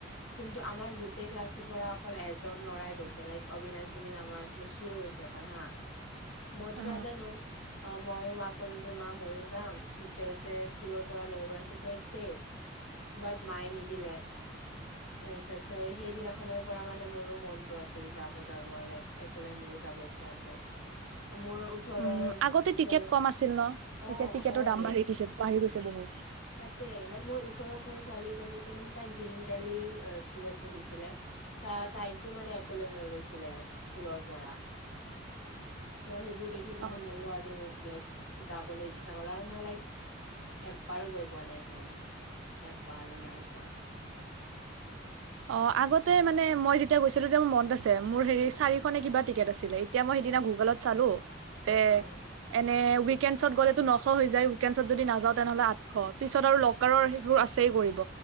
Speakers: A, on the left; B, on the right.
A: কিন্তু আমাৰ গোটেই ক্লাছৰ পৰা অকল এজন ল'ৰাই গৈছে লাইক অবিনাছ বুলি নামৰ আছিলে সিয়ে গৈছে অকল হা। মইতো
B: অ
A: নাজানো! আহ ময়ো মাক কলো যে মা ময়ো যাম টিচাৰছে স্কুলৰ পৰা লৈ গৈ আছে চ ইছেফ বাট মায়ে নিদিলে তাৰপিছত ছ সেইদিনাখনৰ পৰা মানে মোৰো মনটো আছিল যাব যাব লাই একলেন মোৰো যাব ইচ্ছা আছিল। মোৰ ওচৰৰ।
B: উম আগতে
A: ওচৰৰ
B: টিকেট কম আছিল ন।
A: অ
B: এতিয়া টিকেটৰ
A: অ
B: দাম
A: ৰে
B: বাঢ়ি দিছে বাঢ়ি গৈছে। বহুত।
A: তাকে লাইক মোৰ ওচৰৰ ঘৰৰ ছোৱালীজনীকো মানে তাই গ্ৰীণ ভেলী স্কুলত পঢ়িছিলে ত তাইকো মানে একলে লৈ গৈছিলে স্কুলৰ পৰা। <unintelligible> দেখি কিনে
B: অ
A: মোৰো আৰু লাইক যাবলৈ ইচ্ছা গ'ল আৰু মই লাইক এব্বাৰো গৈ পোৱা নাই একোলেন, এব্বাৰো নাই যোৱা।
B: অ আগতে মানে মই যেতিয়া গৈছিলো তেতিয়া মোৰ মনত আছে মোৰ হেৰি চাৰি শ নে কিবা টিকেট আছিলে এতিয়া মই সেইদিনা গুগলত চালো তে
A: অ',
B: এনে ৱিক উইকেণ্ডছত গ'লেতো নশ হৈ যায় উইকেণ্ডছত যদি নাযাওঁ তেনেহ'লে আঠশ পিছত আৰু লকাৰৰ সেইবোৰ আছেই কৰিব